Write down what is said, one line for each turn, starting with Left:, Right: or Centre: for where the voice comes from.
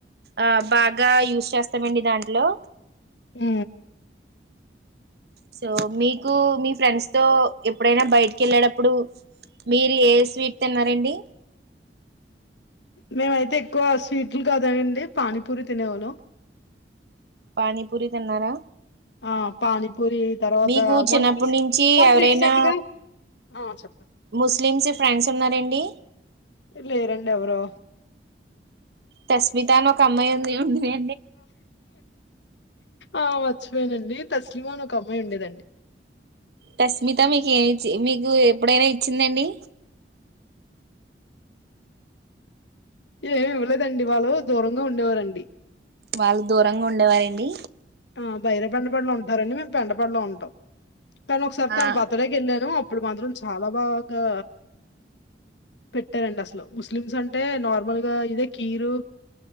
Right: ఆ బాగా యూజస్ చేస్తామండి దాంట్లో.
Left: మ్
Right: సో మీకు మీ ఫ్రెండ్స్ తో ఎప్పుడైనా బయటికి వెళ్ళేటప్పుడు, మీరు ఏ స్వీట్ తిన్నారండి.
Left: మేమైతే ఎక్కువ స్వీట్లు కాదాండి, పానీపూరి తినేవాళ్ళు.
Right: పానీ పూరి తిన్నారా?
Left: ఆ పానీపూరి తర్వాత
Right: మీకు చిన్నప్పటి
Left: మొన్న రీస్
Right: నుంచి
Left: మొన్న
Right: ఎవరైనా
Left: రీసెంట్ గా ఆ చెప్పండి
Right: ముస్లిమ్స్ ఫ్రెండ్స్ ఉన్నారండి?
Left: లే రండి ఎవరు.
Right: తస్మితాని ఒక అమ్మాయింది. ఉండు మే
Left: ఆ మర్చిపోయినానండి తస్లిమా అని ఒక అమ్మాయి ఉండేదండి.
Right: తస్మిత మీకు ఏమిచ్చ మీకు ఎప్పుడైనా ఇచ్చిందాండి?
Left: ఏమి ఇవ్వలేదండి. వాళ్ళు దూరంగా ఉండేవారండి.
Right: వాళ్ళు దూరంగా ఉండేవారండి.
Left: ఆ బైర పెండ పడులు ఉంటారండి, మేము పెండ పడులో ఉంటాం. తను ఒకసారి
Right: ఆ
Left: తన బర్తడేకి వెళ్ళాను అప్పుడు మాత్రం చాలా బాగా పెట్టారండి. అసలు ముస్లిమ్స్ అంటే నార్మల్గా ఇదే కీరు